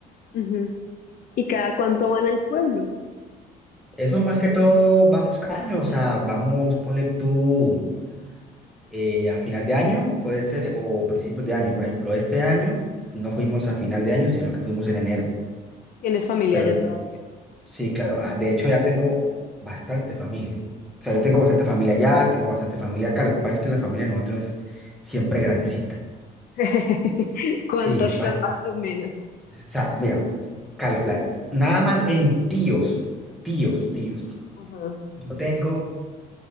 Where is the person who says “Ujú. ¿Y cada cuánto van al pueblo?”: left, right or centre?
Left